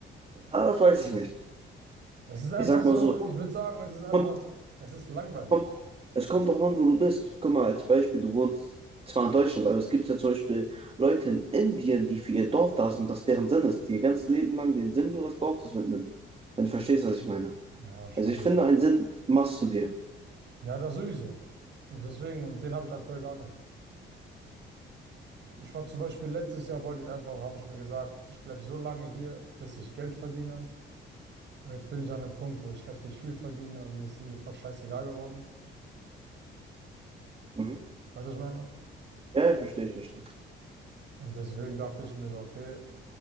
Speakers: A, on the right; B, on the right.
A: Ah, das weiß ich nicht.
B: Es ist einfach
A: Ich sag
B: so,
A: mal so,
B: ich würde sagen, es ist einfach,
A: kommt,
B: es ist langweilig.
A: kommt, es kommt doch an, wo du bist. Guck mal, als Beispiel, du wohnst zwar in Deutschland, aber es gibt ja zum Beispiel Leute in Indien, die für ihr Dorf da sind, das deren Sinn ist, die ihr ganzes Leben lang den Sinn nur des Dorfes widmen. Wenn du verstehst, was ich meine.
B: Ja, schon.
A: Also ich finde, einen Sinn machst du dir.
B: Ja, das sowieso. Und deswegen, und den habe ich aktuell gar nicht. Ich war zum Beispiel letztes Jahr, wollte ich einfach, habe ich mir gesagt, ich bleibe so lange hier, bis ich Geld verdiene. Und jetzt bin ich an einem Punkt, wo ich heftig viel verdiene und mir ist irgendwie voll scheißegal geworden.
A: Mhm.
B: Weißt du, was ich meine?
A: Ja, ich verstehe, ich verstehe.
B: Und deswegen dachte ich mir so, okay,